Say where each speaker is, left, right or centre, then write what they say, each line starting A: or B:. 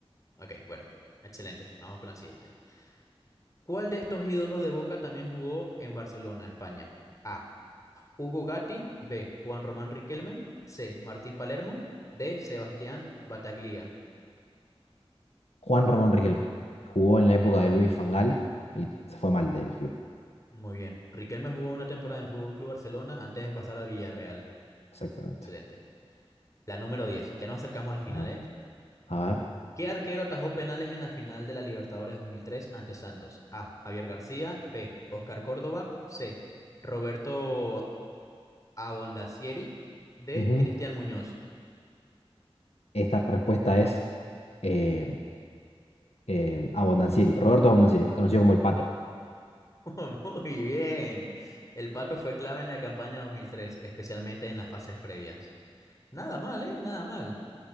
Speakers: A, on the left; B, on the left.
A: Ok, bueno, excelente. Vamos con la siguiente. ¿Cuál de estos ídolos de Boca también jugó en Barcelona, España? A. Hugo Gatti, B. Juan Román Riquelme, C. Martín Palermo, D. Sebastián Bataglia.
B: Juan Román Riquelme. Jugó en la época de Luis Fangal y se fue mal del club.
A: Muy bien. Riquelme jugó una temporada en el Fútbol Club Barcelona antes de pasar al Villarreal.
B: Exactamente.
A: Excelente. La número 10. Ya nos acercamos al final,
B: A ver,
A: ¿eh?
B: a ver.
A: ¿Qué arquero atajó penales en la final de la Libertadores 2003 ante Santos? A. Javier García, B. Oscar Córdoba, C. Roberto Abondacieri, D.
B: Ujú.
A: Cristian Muñoz.
B: Esta respuesta es eh, eh, Abondancieri, Roberto Abondancieri, conocido como el Pato.
A: <laughs> Muy bien. El pato fue clave en la campaña 2003, especialmente en las fases previas. Nada mal, ¿eh? Nada mal.